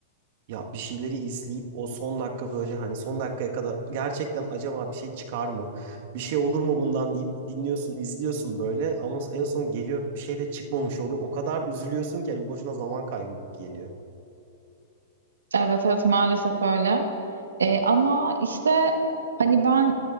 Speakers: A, on the right (about 55°); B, on the right (about 85°).
A: Ya bir şeyleri izleyip o son dakika böyle hani son dakikaya kadar gerçekten acaba bir şey çıkar mı? Bir şey olur mu bundan deyip dinliyorsun, izliyorsun böyle ama en son geliyor bir şey de çıkmamış oluyor. O kadar üzülüyorsun ki hani boşuna zaman kaybı gibi geliyor.
B: Evet evet maalesef öyle. Ee, ama işte hani ben